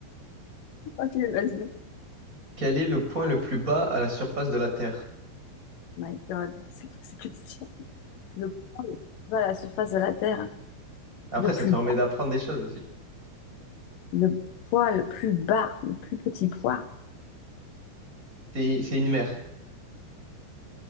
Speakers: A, on the left; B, on the right.
A: Ok, vas-y.
B: Quel est le point le plus bas à la surface de la Terre?
A: My God, c'est quoi ces questions? Le poids le plus bas à la surface de la Terre.
B: Après,
A: Le
B: ça
A: plus,
B: te permet d'apprendre des choses aussi.
A: le poids le plus bas, le plus petit poids.
B: C'est c'est une mer.